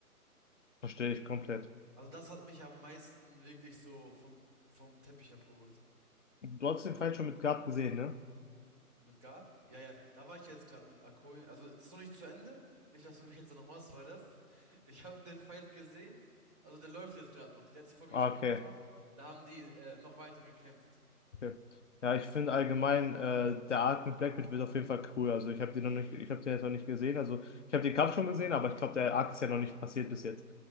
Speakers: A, on the left (about 55°); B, on the right (about 25°).
A: verstehe ich komplett.
B: Also das hat mich am meisten wirklich so vom, vom Teppich abgeholt.
A: Du hast den Fight schon mit Gab gesehen, ne?
B: Mit Gab? Ja, ja, da war ich jetzt gerade mit Akoin. Also das ist noch nicht zu Ende. Nicht, dass du mich jetzt noch mal spoilerst. Ich habe den Fight gesehen. Also der läuft jetzt gerade noch. Die letzte Folge,
A: Ah,
B: die ich geguckt
A: okay.
B: habe, da haben die äh, noch weiter gekämpft.
A: Okay. Ja, ich finde allgemein, äh, der Arc mit Blackbeard wird auf jeden Fall cool. Also ich habe den noch nicht, ich habe den jetzt noch nicht gesehen. Also ich habe den Kampf schon gesehen, aber ich glaube, der Arc ist ja noch nicht passiert bis jetzt.